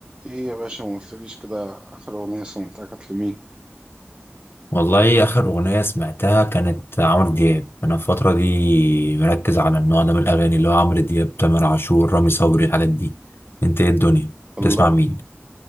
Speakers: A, on the right (about 20°); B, on the left (about 55°).
A: ايه يا باشا ما قلتليش كده اخر اغنية سمعتها كانت لمين
B: والله آخر أغنية سمعتها كانت عمرو دياب أنا في الفترة دي مركز على النوع ده من الأغاني اللي هو عمرو دياب تامر عاشور رامي صبري الحاجات دي أنت إيه الدنيا
A: الله
B: تسمع مين؟